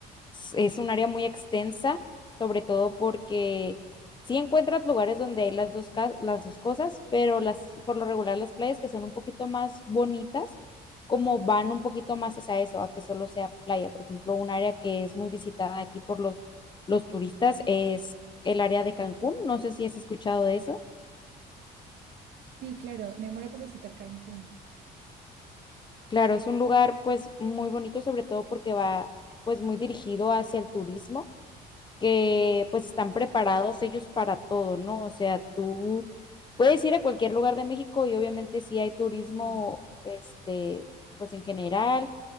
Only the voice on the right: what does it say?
Sí, claro, me muero por visitar Cancún.
Sí,